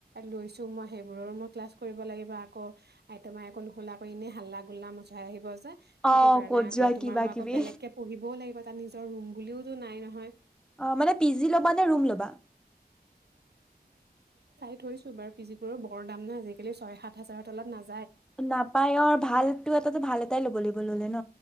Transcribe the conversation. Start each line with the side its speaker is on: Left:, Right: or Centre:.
Right: লৈছোঁ মই, সেইবোৰৰো মই ক্লাছ কৰিব লাগিব। আকৌ, আইতামাই আকৌ নুশুলে, আকৌ এনে হাল্লা-গুল্লা, ম <unintelligible> যে
Centre: অ
Right: সেইটো কাৰণে,
Centre: ক'ত
Right: আকৌ
Centre: যোৱা
Right: তোমাৰ,
Centre: কিবা
Right: মই,
Centre: কিবি
Right: আকৌ বেলেগকে পঢ়িবও লাগিব, তাত, নিজৰ ৰুম বুলিওতো নাই নহয়।
Centre: অ', মানে পি -জি ল'বা নে, ৰুম ল'বা?
Right: থৈছোঁ বাৰু। পি -জিবোৰো বৰ দাম নহয়, আজিকালি ছয়-সাত হাজাৰৰ তলত নাযায়,
Centre: নাপায়। অ', ভালটো, এটাতো ভাল, টাই ল'ব লাগিব। ল'লে ন?